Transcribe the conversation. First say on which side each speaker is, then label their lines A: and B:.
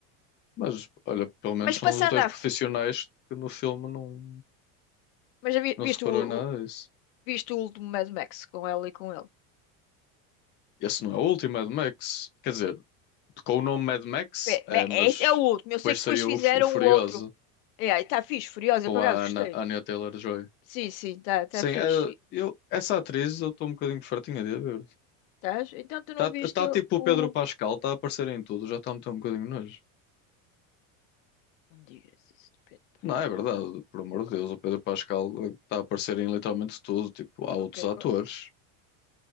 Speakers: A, on the left; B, on the left.
A: Mas, olha, pelo menos
B: Mas
A: são
B: passando
A: os dois
B: à,
A: profissionais
B: f-
A: que no filme não,
B: mas já vi-
A: não
B: viste
A: se reparou
B: o,
A: em nada disso.
B: Viste o último Mad Max com ela e com ele.
A: Esse não é o último Mad Max. Quer dizer, com o nome Mad Max,
B: Pé,
A: é,
B: me-
A: mas
B: Esse é o último. Eu
A: depois
B: sei que
A: saiu
B: depois fizeram
A: o, F- o Furiosa
B: o outro. E aí, tá fixe, Furiosa,
A: com
B: por acaso
A: a
B: gostei.
A: Ana, Anya Taylor-Joy.
B: Sim, sim, tá, tá
A: Sim,
B: fixe.
A: eh, eu, essa atriz eu estou um bocadinho fartinha de a ver.
B: Tás? Então tu
A: Está
B: não
A: tá,
B: viste
A: tipo o
B: o.
A: Pedro Pascal, está a aparecer em tudo, já está a meter um bocadinho de nojo.
B: Não digas isso de Pedro
A: Não,
B: Pascal.
A: é verdade, por amor de Deus,
B: Oh,
A: o Pedro Pascal está a aparecer em literalmente tudo. Tipo, há outros
B: ok.
A: atores.
B: qual-